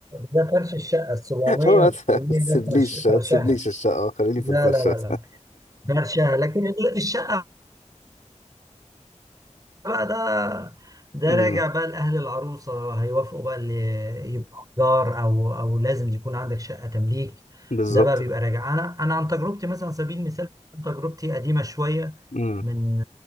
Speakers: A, on the right (about 30°); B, on the left (about 80°).
A: ده فرش الشقه ال 700
B: هو
A: وال 800
B: ما تسيبليش
A: ده فرش
B: ما
A: فرشها
B: تسيبليش الشقة خليني
A: لا
B: في الفرشة
A: لا لا لا فرشها لكن ال- الشقه بقى ده ده
B: <laughs>
A: راجع
B: امم
A: بقى لاهل العروسه هيوافقوا بقى اللي يبقى جار او او لازم يكون عندك شقه تمليك
B: بالظبط
A: ده بقى بيبقى راجع انا انا عن تجربتي مثلا على سبيل المثال تجربتي قديمه شويه
B: امم
A: من